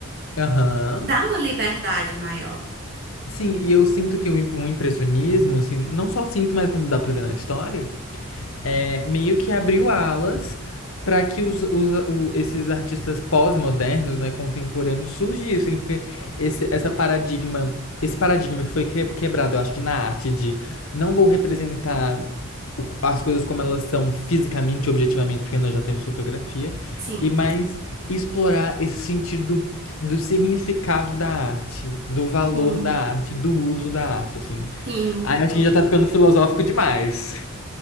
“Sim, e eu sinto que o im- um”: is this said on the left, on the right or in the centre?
Left